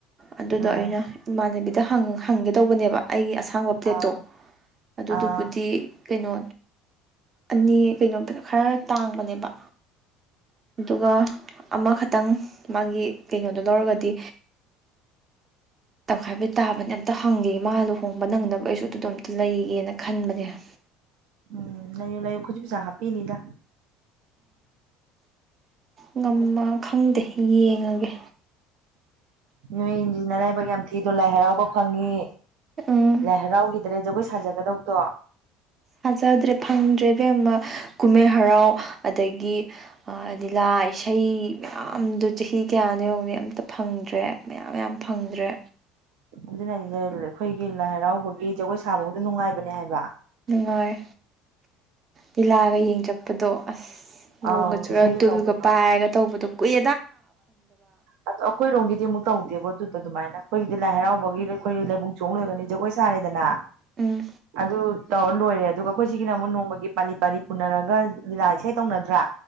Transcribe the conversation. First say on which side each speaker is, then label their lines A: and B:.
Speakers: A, on the right; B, on the right.
A: ꯑꯗꯨꯗꯣ
B: ꯑꯥ
A: ꯑꯩꯅ ꯏꯃꯥꯟꯅꯕꯤꯗ ꯍꯪꯒꯦꯗꯧꯕꯅꯦꯕ ꯑꯩꯒꯤ ꯑꯁꯥꯡꯕ ꯄ꯭ꯂꯦꯠꯇꯣ
B: ꯑꯥ
A: ꯑꯗꯨꯗꯨꯕꯨꯗꯤ
B: ꯑꯥ
A: ꯀꯩꯅꯣ ꯑꯅꯤ ꯀꯩꯅꯣ ꯈꯔ ꯇꯥꯡꯕꯅꯦꯕ ꯑꯗꯨꯒ ꯑꯃ ꯪ ꯃꯥ ꯀꯩꯅꯣꯗꯣ ꯂꯧꯔꯒꯗꯤ ꯇꯪꯈꯥꯏꯕꯩ ꯇꯥꯕꯅꯦ ꯑꯝꯇ ꯍꯪꯒꯦ ꯃꯥ ꯂꯨꯍꯣꯡꯕ ꯅꯪꯅꯕ ꯑꯩꯁꯨ ꯑꯗꯨꯗꯣ ꯑꯝꯇ ꯂꯩꯒꯦꯅ ꯈꯟꯕꯅꯦ <inaudible>
B: ꯎꯝ ꯂꯥꯏꯌꯨ ꯂꯥꯏꯌꯨꯈꯠꯁꯨ ꯄꯩꯁꯥ ꯍꯥꯞꯄꯤꯅꯤꯗ
A: ꯉꯃ ꯈꯪꯗꯦ ꯌꯦꯡꯉꯒꯦ
B: ꯅꯣꯏ ꯏꯟꯁꯤꯅꯔꯥꯏꯕꯛ ꯌꯥꯝ ꯊꯤꯗꯣ ꯂꯥꯏ ꯍꯔꯥꯎꯕ ꯐꯪꯉꯤ
A: ꯎꯝ
B: ꯂꯥꯏ ꯍꯔꯥꯎꯈꯤꯗ꯭ꯔꯦ ꯖꯒꯣꯏ ꯁꯥꯖꯒꯗꯧꯗꯣ
A: ꯁꯥꯖꯗ꯭ꯔꯦ ꯐꯪꯗ꯭ꯔꯦꯕꯦꯝꯃ ꯀꯨꯝꯍꯩ ꯍꯔꯥꯎ ꯑꯗꯒꯤ ꯂꯤꯂꯥ ꯏꯁꯩ ꯃꯌꯥꯝꯗꯣ ꯆꯍꯤ ꯀꯌꯥꯅꯣ ꯌꯧꯅ ꯑꯝꯇ ꯐꯪꯗ꯭ꯔꯦ ꯦ ꯃꯌꯥꯝ ꯌꯥꯝꯌꯥꯝ ꯐꯪꯗ꯭ꯔꯦ
B: ꯑꯗꯨꯅꯗ ꯑꯩꯈꯣꯏꯒꯤ ꯂꯥꯏ ꯍꯔꯥꯎꯕꯒꯤ ꯖꯒꯣꯏ ꯁꯥꯕꯕꯨꯗ ꯅꯨꯡꯉꯥꯏꯕꯅꯦ ꯍꯥꯏꯕ
A: ꯅꯨꯡꯉꯥꯏ ꯂꯤꯂꯥꯒ ꯌꯦꯡ ꯆꯛꯄꯗꯣ ꯑꯁ ꯅꯣꯡꯒ
B: ꯑꯥꯎ
A: ꯆꯨꯔꯒ
B: ꯏꯁꯩꯒ
A: ꯇꯨꯜꯒ
B: ꯇꯧꯕꯗꯣ
A: ꯄꯥꯏꯔꯒ ꯇꯧꯕꯗꯣ ꯀꯨꯏꯠ
B: ꯑꯗꯣ ꯑꯩꯈꯣꯏ ꯔꯣꯡꯒꯤꯗꯤ ꯑꯃꯨꯛ ꯇꯧꯗꯦꯕ ꯑꯗꯨ ꯑꯗꯨꯃꯥꯏꯅ ꯑꯩꯈꯣꯏꯒꯤꯗꯤ ꯂꯥꯏ ꯍꯔꯥꯎꯕꯒꯤ ꯑꯩꯈꯣꯏ ꯂꯩꯕꯨꯡ ꯆꯣꯡ ꯂꯣꯏꯒꯅꯤ ꯖꯒꯣꯏ ꯁꯥꯔꯦꯗꯅ
A: ꯎꯝ
B: ꯑꯗ ꯇꯧꯔ ꯂꯣꯏꯔꯦ ꯑꯗꯨꯒ ꯑꯩꯈꯣꯏ ꯁꯤꯒꯤꯅ ꯑꯃꯨꯛ ꯅꯣꯡꯃꯒꯤ ꯄꯥꯂꯤ ꯄꯥꯂꯤ ꯄꯨꯅꯔꯒ ꯂꯤꯂꯥ ꯏꯁꯩ ꯇꯧꯅꯗ꯭ꯔꯥ